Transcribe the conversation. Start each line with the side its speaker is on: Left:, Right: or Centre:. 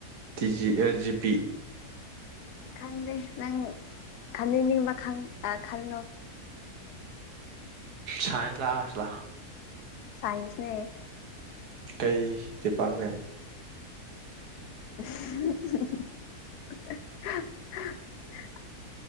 Right: ꯇꯤꯖꯤ ꯖꯤ ꯄꯤ
Left: ꯈꯟꯦ ꯅꯪ ꯈꯟꯦ ꯅꯤꯡꯕ ꯈ ꯑ ꯈꯨ
Right: ꯁꯥꯏꯟꯁ ꯂꯥ ꯑꯥꯁ ꯂꯥ
Left: ꯁꯥꯏꯟꯁꯅꯦ
Right: ꯀꯩ ꯗꯤꯄꯥꯔꯠꯃꯦꯟ
Left: <inaudible>